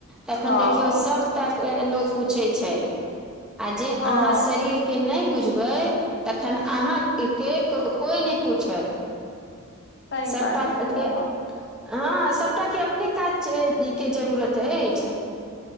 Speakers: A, in the centre; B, on the left.
A: तखन
B: हँ
A: देखियो सबटा के लोग पूछे छै आ जे
B: हँ
A: अहाँ शरीर के नहि बुझबै तखन अहाँ के कोइ नहि पूछत
B: सही
A: सबटा
B: बाजै छियै
A: केऽ
B: अहाँ
A: हँ सभटा अपने काज के जरूरत अछि